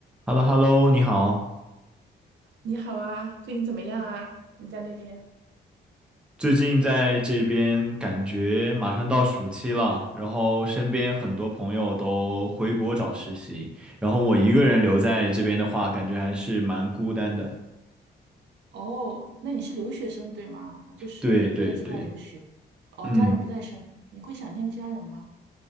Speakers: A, in the centre; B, on the right (about 80°).
A: h e l l o h e l l o 你好。
B: 你好啊，最近怎么样啊？你在那边？
A: 最近在这边感觉马上到暑期了，然后身边很多朋友都回国找实习，然后我一个人留在这边的话，感觉还是蛮孤单的。
B: 哦，那你是留学生对吗？就是一个人出来留学，
A: 对对对，
B: 哦，
A: 嗯，
B: 家人不在身边，你会想念家人吗？